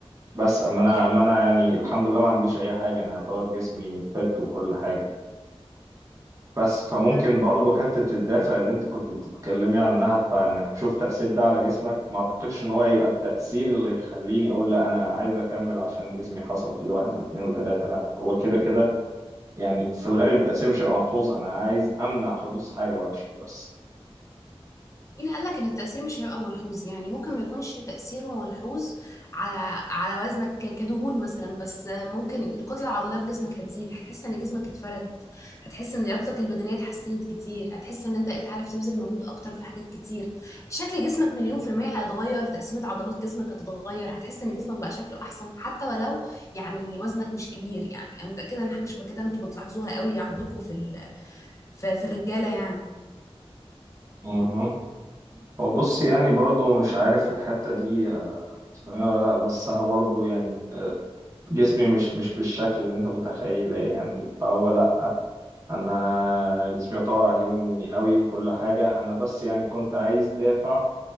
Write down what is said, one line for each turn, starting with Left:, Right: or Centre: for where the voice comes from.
Right: بس اما انا
Left: يعني
Right: اما انا يعني الحمد لله ما عنديش اي حاجه انا يعتبر جسمي فت وكل حاجه بس فممكن
Left: بس
Right: برضه حته الدافع اللي انت كنت بتتكلمي عنها بتاع انك تشوف تاثير ده على جسمك ما اعتقدش ان هو يبقى التاثير اللي يخليني اقول لا انا عايز اكمل عشان جسمي حصل فيه واحد واثنين وثلاثه لا هو كده كده يعني في الغالب التاثير مش هيبقى ملحوظ انا عايز امنع حدوث حاجه وحشه بس
Left: مين قال لك ان التاثير مش هيبقى ملحوظ يعني ممكن ما يكونش تاثيره ملحوظ على على وزنك ك- كدهون مثلا بس ممكن الكتله العضليه في جسمك هتزيد هتحس ان جسمك اتفرد هتحس ان لياقتك البدنيه اتحسنت كتير هتحس ان انت بقيت عارف تبذل مجهود اكتر في حاجات كتير شكل جسمك مليون في الميه هيتغير تقسيمه عضلات جسمك هتتغير هتحس ان جسمك بقى شكله احسن حتى ولو يعني وزنك مش كبير يعني انا متاكده ان حاجه شبه كده انتوا بتلاحظوها قوي عندكم في ال... في في الرجاله يعني
Right: اها هو بصي يعني برضه مش عارف الحته دي آه، تفهميها ولا لا بس انا برضه يعني آه، جسمي مش مش بالشكل اللي انت متخيله يعني فهو لا انا جسمي يعتبر عاجبني قوي وكل حاجه انا بس يعني كنت عايز دافع